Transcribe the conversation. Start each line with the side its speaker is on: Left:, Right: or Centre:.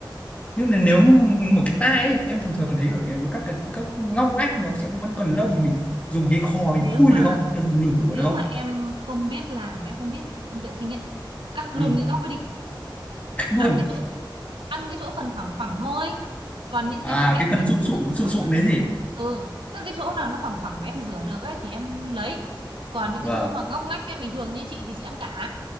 Left: nhưng mà nếu một cái tai ấy, em thường thường thấy ở cái các cái các ngóc ngách nó sẽ vẫn còn lông thì mình dùng cái khò
Right: nếu
Left: mình khui
Right: mà
Left: được không dùng lửa
Right: nếu
Left: được không
Right: mà em không biết làm em không biết vệ sinh ấy cắt luôn
Left: ừ,
Right: cái góc ấy đi
Left: cách luôn
Right: ăn cái chỗ ăn cái chỗ phần phẳng phẳng thôi còn những
Left: à
Right: cái mà kẽ
Left: cái phần
Right: kẽ
Left: sụn sụn
Right: ở góc
Left: sụn
Right: góc
Left: sụn
Right: ấy
Left: đấy gì
Right: ừ tức cái chỗ nào nó phẳng phẳng mà em rửa được ấy thì em lấy còn những
Left: vâng
Right: cái chỗ mà ngóc ngách cái bình thường như chị thì chị ăn cả